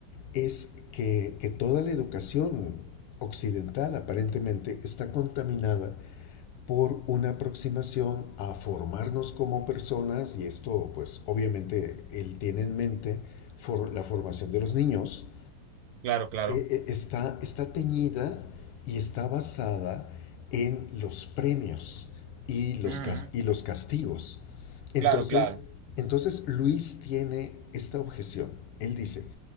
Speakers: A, on the left; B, on the right.
A: es que, que toda la educación occidental aparentemente está contaminada por una aproximación a formarnos como personas, y esto pues obviamente él tiene en mente for la formación de los niños,
B: claro, claro,
A: eh, eh, está, está teñida y está basada en los premios y los,
B: Ujú,
A: y los castigos. Entonces,
B: Claro, claro.
A: entonces Luis tiene esta objeción. Él dice,